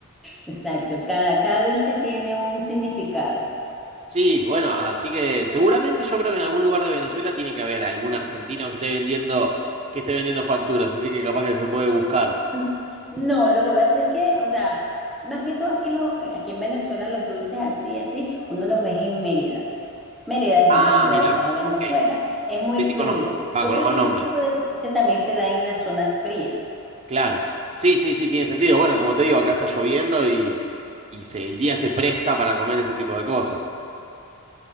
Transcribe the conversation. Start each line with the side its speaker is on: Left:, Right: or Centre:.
Centre: Exacto, cada, cada dulce tiene un significado.
Right: Sí, bueno, así que seguramente yo creo que en algún lugar de Venezuela tiene que haber algún argentino que esté vendiendo, que esté vendiendo facturas, así que capaz que se puede buscar.
Centre: N- No, lo que pasa es que, o sea, más que todo aquí, lo, eh, aquí en Venezuela los dulces así, así, uno los ve en Mérida. Mérida es
Right: Ah,
Centre: una ciudad
Right: mirá,
Centre: de acá de Venezuela.
Right: ok.
Centre: Es muy
Right: Sí,
Centre: frío.
Right: sí, conozco. Va,
Centre: Yo
Right: conozco
Centre: creo
Right: el
Centre: que ese
Right: nombre.
Centre: tipo de dulce también se da en la zona fría.
Right: Claro, sí, sí, sí, tiene sentido. Bueno, como te digo, acá está lloviendo y, y se- el día se presta para comer ese tipo de cosas.